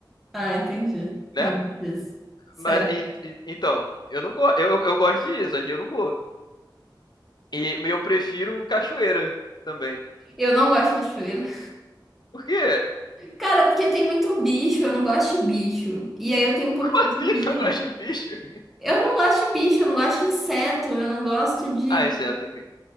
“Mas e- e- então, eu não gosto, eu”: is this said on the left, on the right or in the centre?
Left